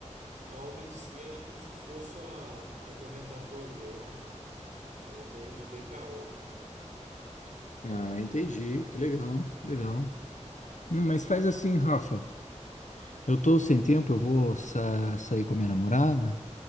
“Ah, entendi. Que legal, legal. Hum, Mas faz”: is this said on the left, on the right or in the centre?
Left